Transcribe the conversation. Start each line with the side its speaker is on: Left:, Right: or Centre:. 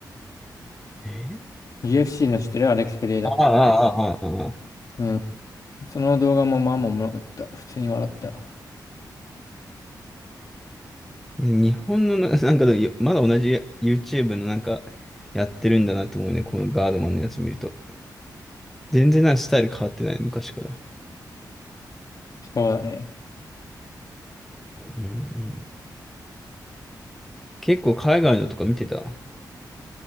Centre: え
Left: UFC の知ってるアレックス・ペレイラ。
Centre: ああ、ああ、ああ、ああ。
Left: うん。その動画もまあまあおもろかった。普通に笑った。
Centre: 日本のな、<laughs> なんかでもよまだ同じ YouTube のなんかやってるんだなって思うね。このガードマンのやつ見ると。全然なんかスタイル変わってない、昔から。
Left: そうだね。
Centre: うんうん、結構海外のとか見てた。